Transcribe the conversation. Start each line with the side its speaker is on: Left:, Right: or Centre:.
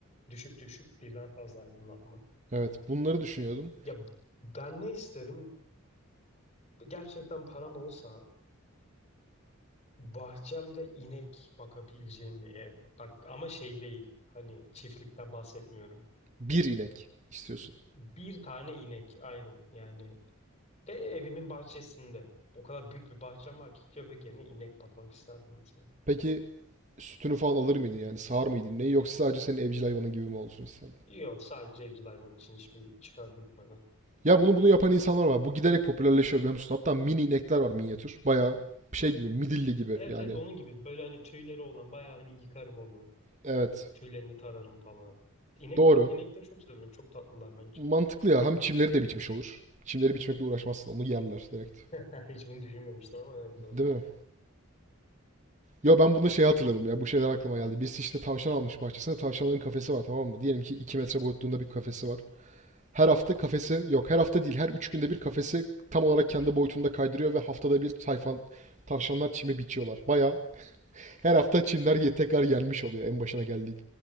Left: düşük düşük birden fazla aydınlatma.
Right: Evet, bunları düşünüyordum.
Left: Ya ben ne isterim? Gerçekten param olsa bahçemde inek bakabileceğim bir ev. Bak ama şey değil hani çiftlikten bahsetmiyorum.
Right: Bir inek istiyorsun.
Left: Bir tane inek aynen yani ve evimin bahçesinde. O kadar büyük bir bahçem var ki köpek yerine inek bakmak isterdim mesela.
Right: Peki sütünü falan alır mıydı yani sağar mıydı neyi yoksa sadece senin evcil hayvanın gibi mi olsun isterdin?
Left: Yok sadece evcil hayvan için hiçbir çıkar gitmeden.
Right: Ya bunu bunu yapan insanlar var. Bu giderek popülerleşiyor biliyor musun? Hatta mini inekler var minyatür. Bayağı şey gibi midilli gibi
Left: Evet
Right: yani.
Left: evet onun gibi böyle hani tüyleri olan bayağı hani yıkarım onu.
Right: Evet
Left: Tüylerini tararım falan. İnekler,
Right: doğru.
Left: inekleri çok seviyorum. Çok tatlılar bence.
Right: Mantıklı ya hem çimleri de biçmiş olur. Çimleri biçmekle uğraşmazsın onu yerler direkt.
Left: <laughs> Hiç bunu düşünmemiştim ama evet doğru.
Right: Değil mi? Yo ben bunda şey hatırladım ya bu şeyler aklıma geldi. Biz işte tavşan almış bahçesinde tavşanların kafesi var tamam mı? Diyelim ki 2 metre boyutluğunda bir kafesi var. Her hafta kafesi yok her hafta değil her 3 günde bir kafesi tam olarak kendi boyutunda kaydırıyor ve haftada bir tayfan tavşanlar çimi biçiyorlar. Baya her hafta çimler ye- tekrar yenmiş oluyor en başına geldiği